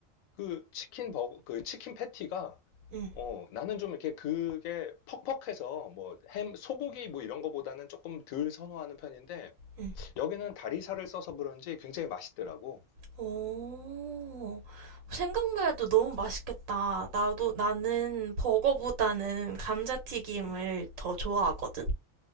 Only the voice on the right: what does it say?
응,
응.
오, 생각만 해도 너무 맛있겠다. 나도, 나는 버거보다는 감자튀김을
더 좋아하거든?